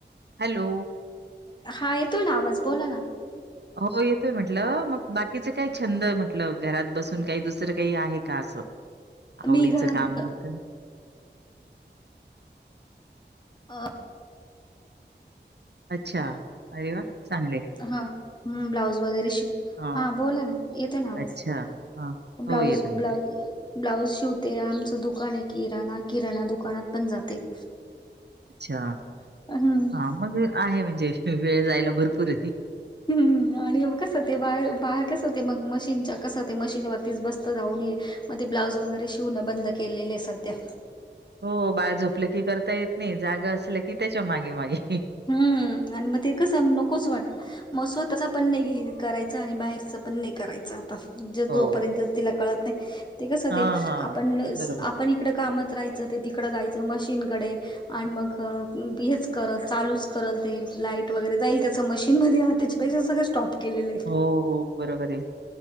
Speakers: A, on the right; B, on the left.
A: हॅलो.
B: हा येतोय ना आवाज बोला ना.
A: हो येतोय म्हटलं मग बाकीच काही छंद म्हटलं घरात बसून काही दुसरं काही आहे का असं. आवडीचं
B: मी घरात
A: काम मग
B: अ
A: अच्छा अरे वा चांगले.
B: हाम ब्लाऊज वगैरे शिक
A: हां.
B: हा बोला ना येतोय ना
A: अच्छा.
B: आवाज.
A: हां. हो,
B: ब्लाऊज
A: येतोय, येतोय.
B: ब्लाऊज. ब्लाऊज शिवते आमचं दुकान आहे किराणा किराणा दुकानात पण जाते.
A: अच्छा
B: हम्म
A: हा मग आहे म्हणजे वेळ जायला भरपूर.
B: हम्म. आणि कसं ते बाहे बाहेर कसं हो ते मग मशीनच्या कसं होते मशीन वरतीच बस्त जाऊन ये. मग ते ब्लाऊज वगैरे शिवणं बंद केलेले सध्या
A: हो बाळ झोपलं की करता येत नाही जाग असलं की त्याच्या मागे मागे.
B: हम् आणि मग ते कस नको. वाट मग स्वतःच पण नाही करायचं आणि बाहेरच पण नाही करायचं आता.
A: हो.
B: जोपर्यंत तिला कळत नाही ते कसं
A: हां,
B: ते
A: हां.
B: आपण
A: बरोबर.
B: आपण. तिकडं कामत राहायचं ते तिकडं जायचं मशीनकडे आणि मग हेच करत. चालूच करत येईल लाईट वगैरे जाईल त्याच मशीन मध्ये त्याच्यापेक्षा सगळ स्टॉप केलेलं आहे.
A: हो, हो बरोबर आहे